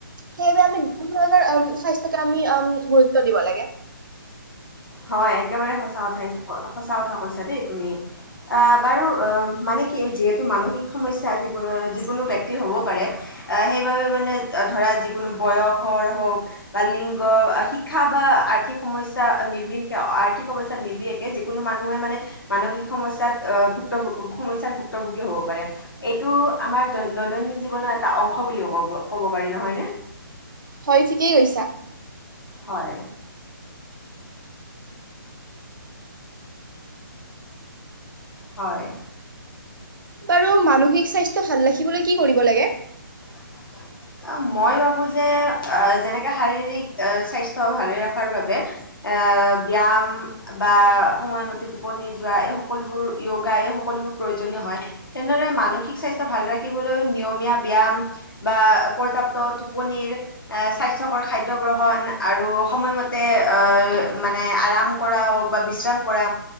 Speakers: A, on the right; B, on the left.
A: সেইয বাবে আমি বহু ধৰণৰ স্বাস্থ্য আমি গুৰুত্ব দিব লাগে।
B: হয় একেবাৰে সঁচা কথা সঁচা কথা কৈছা দেই তুমি। অ' বাৰু মানে কি যিহেতু মানসিক সমস্যা জীৱনৰ যিকোনো ব্যক্তিৰ হ'ব পাৰে। আহ সেইবাবে মানে ধৰা যিকোনো বয়সৰ হওঁক বা লিংগ শিক্ষা বা আৰ্থিক সমস্যা নি নিৰশেষে আৰ্থিক অৱস্থাত নিৰ্বশেষে যিকোনো মানুহে মানে মানসিক সমস্যাত আহ ভুক্ত সমস্যাৰ ভুক্তভোগী হ'ব পাৰে। এইটো আমাৰ দৈনন্দিন জীৱনৰ এটা অংশ বুলি কব ক'ব পাৰি নহয় নে।
A: হয় ঠিকেই কৈছা।
B: হয়। হয়।
A: বাৰু মানসিক স্বাস্থ্য ভাল ৰাখিবলৈ কি কৰিব লাগে?
B: <inaudible> মই ভাবোঁ যে যেনেকে শাৰীৰিক স্বাস্থ্য ভালে ৰাখাৰ বাবে ব্যায়াম। বা সময়মতে টোপনি যোৱা এই সকলোবোৰ য়োগা এই সকলোবোৰ প্ৰয়োজনীয় হয়। তেনেদৰে মানসিক স্বাস্থ্য ভাল ৰাখিবলৈও নিয়মীয়া ব্যায়াম। বা পৰ্যাপ্ত টোপনিৰ স্বাস্থ্যকৰ খাদ্য গ্ৰহণ আৰু সময়মতে আহ' মানে আৰাম কৰা হওক বা বিশ্ৰাম কৰা